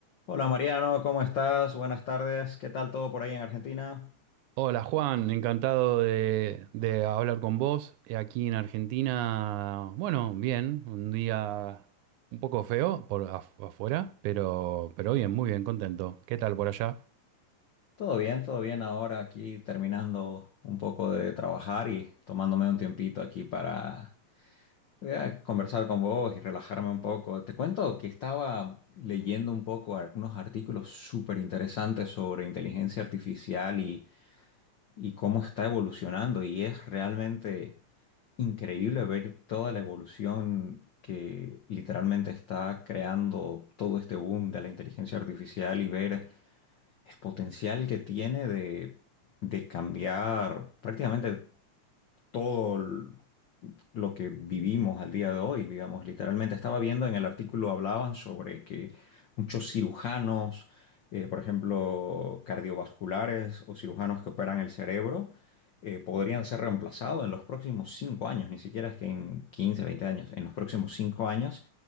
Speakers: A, on the left; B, on the right.
A: Hola Mariano, ¿cómo estás? Buenas tardes. ¿Qué tal todo por ahí en Argentina?
B: Hola Juan, encantado de, de hablar con vos. Eh, Aquí en Argentina, bueno, bien, un día un poco feo por af- afuera, pero, pero bien, muy bien, contento. ¿Qué tal por allá?
A: Todo bien, todo bien. Ahora aquí terminando un poco de trabajar y tomándome un tiempito aquí para eh, conversar con vos y relajarme un poco. Te cuento que estaba leyendo un poco ar- unos artículos súper interesantes sobre inteligencia artificial y, y cómo está evolucionando y es realmente... increíble ver toda la evolución que literalmente está creando todo este boom de la inteligencia artificial y ver el potencial que tiene de, de cambiar prácticamente todo l- lo que vivimos al día de hoy, digamos, literalmente estaba viendo en el artículo hablaban sobre que muchos cirujanos, eh, por ejemplo, cardiovasculares o cirujanos que operan el cerebro, eh, podrían ser reemplazados en los próximos cinco años, ni siquiera es que en 15, 20 años, en los próximos cinco años,